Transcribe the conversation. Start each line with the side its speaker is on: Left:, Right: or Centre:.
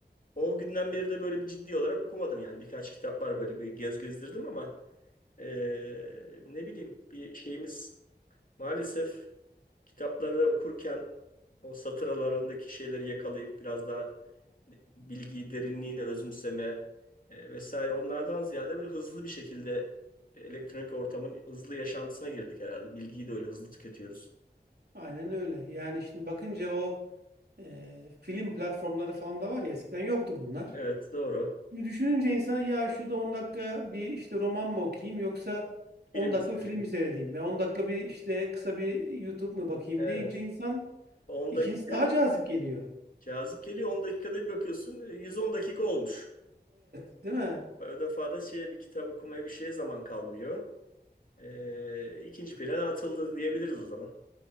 Left: O günden beri de böyle bir ciddi olarak okumadım yani. Birkaç kitap var böyle bir gez gezdirdim ama eee, ne bileyim bir şeyimiz maalesef kitapları okurken o satır aralarındaki şeyleri yakalayıp biraz daha bilgiyi derinliğini özümseme eee, vesaire onlardan ziyade böyle hızlı bir şekilde elektronik ortamın hızlı yaşantısına girdik herhalde. Bilgiyi de öyle hızlı tüketiyoruz.
Right: Aynen öyle. Yani şimdi bakınca o e, film platformları falan da var ya eskiden yoktu bunlar.
Left: Evet doğru.
Right: Şimdi düşününce insan ya şurada 10 dakika bir işte roman mı okuyayım yoksa
Left: Film
Right: 10 dakika
Left: meselesi.
Right: bir film mi seyredeyim ve 10 dakika bir işte kısa bir YouTube mu bakayım
Left: Evet.
Right: deyince insan
Left: 10
Right: ikincisi
Left: dakika
Right: daha cazip geliyor.
Left: Cazip geliyor 10 dakikada bir bakıyorsun 110 dakika olmuş.
Right: Evet, değil mi?
Left: O defa da şeye bir kitap okumaya bir şeye zaman kalmıyor. Ee, ikinci plana atıldı diyebiliriz o zaman.